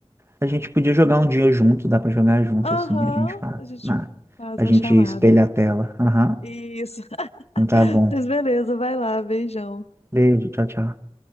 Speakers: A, on the right (about 25°); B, on the left (about 85°).
A: A gente podia jogar um dia junto, dá pra jogar junto
B: Aham.
A: assim, a gente faz.
B: A gente
A: Ah,
B: faz
A: a
B: uma
A: gente
B: chamada.
A: espelha a tela. Aham.
B: Isso. <laughs>
A: Então tá bom.
B: Mas beleza, vai lá. Beijão.
A: Beijo, tchau, tchau.